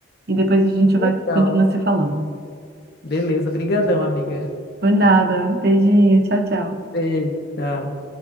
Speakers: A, on the right (about 50°); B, on the left (about 50°).
A: e depois a gente
B: legal.
A: vai continuar se falando.
B: Beleza, brigadão, amiga.
A: Por nada. Beijinho. Tchau, tchau.
B: Beijo. tchau.